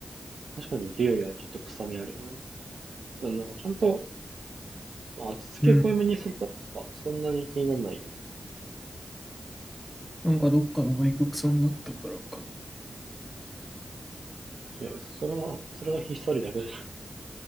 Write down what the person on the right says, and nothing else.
確かに牛よりはちょっと臭みあるよな。まあ、なんかちゃんと、まあ味付け濃いめにすると、
そんなに気にならないよ。
いや、それは、それはひっそりだけど。<laughs>